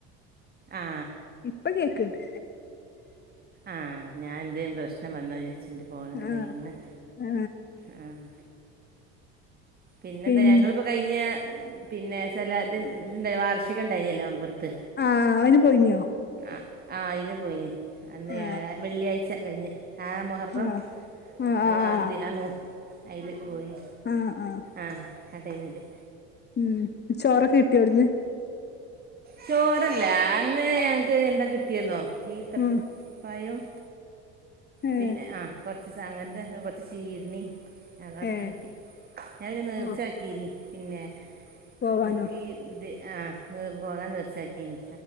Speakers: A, on the right; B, on the left.
A: ആ
B: ഇപ്പൊ കേക്ക്‌ണ്ട്
A: ആ ഞാൻ എന്തേ പ്രശ്നം വന്നോ വിചാര്ച്ച് എന്റെ ഫോണ്ന്റെ
B: ആ
A: കയ്യ്ന്ന്
B: ആ
A: ആഹ് പിന്നെ
B: പിൻ
A: എന്താ ഞങ്ങള് ഇപ്പോ കഴിഞ്ഞ പിന്നെ സലാത് ഇത് ഇണ്ട് വാർഷികം ഇണ്ടായിനല്ലോ മമ്പറ്ത്ത്
B: ആ അയിന് പോയീനോ
A: ആഹ് അയിന് പോയിന് അന്ന്
B: ആ
A: വ്യാഴാ വെള്ളിയാഴ്ച കഴിഞ്ഞ് ആഹ് മോഹറം
B: ആ ആ
A: നമ്മളെ
B: ആ ആ
A: ദിയാന്നു അയില് പോയി
B: ആഹ് ആഹ്
A: ആഹ് ആ ടൈമില്
B: ഉം ചോറൊക്കെ കിട്ടിയോ അവിട്ന്ന്
A: ചോറല്ല അന്ന് ഞങ്ങക്ക് എന്താ കിട്ടിയെന്നോ ഈത്തപ്പഴം
B: ആ ഏ
A: പിന്നെ ആഹ് കൊറച്ച് സാന അങ്ങനത്തെ കൊറച്ച് ചീര്ണ്ണി അതാ അതൊക്കെ
B: ഏ
A: കിട്ടി ഞാൻ പിന്നെ നേർച്ചാകീനി
B: ഓ
A: പിന്നെ
B: പോവാനോ
A: ഇൻക്ക് ഇത് ആ നീ പോകാൻ നേർച്ചാക്കീന്